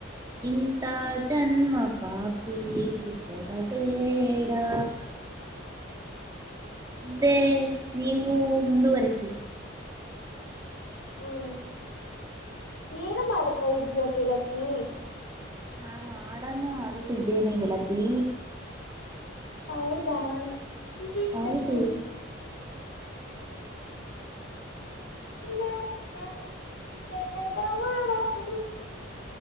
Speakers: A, on the right; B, on the left.
A: ಇಂಥ ಜನ್ಮ ಪಾಪಿ ಪವು ಕೊಡ ಬೇಡಾ ಮುಂದೆ ನೀವು ಮುಂದುವರಿಸಿ.
B: ಹುಂ ಏನು ಮಾಡ್ತಾ ಇದೀಯಾ ಗೆಳತಿ.
A: ನಾನು ಹಾಡನ್ನು ಆಡುತ್ತಿದ್ದೇನೆ ಗೆಳತಿ.
B: ಹೌದಾ ನಿಗೇ <unintelligible>
A: ಹೌದು.
B: <unintelligible>